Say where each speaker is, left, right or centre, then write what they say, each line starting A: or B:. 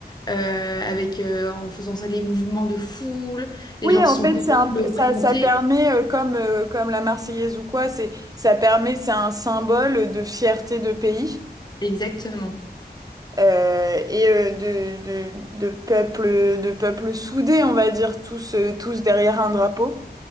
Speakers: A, on the left; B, on the right.
A: euh, avec euh, en faisant ça les mouvements de foule, les
B: Oui,
A: gens
B: en
A: sont
B: fait,
A: contents
B: c'est un-
A: de le représenter.
B: ça, ça permet, euh, comme, euh, comme la Marseillaise ou quoi, c'est, ça permet, c'est un symbole de fierté de pays
A: Exactement.
B: euh, et euh, de, de, de peuple, de peuple soudé, on va dire, tous, euh, tous derrière un drapeau.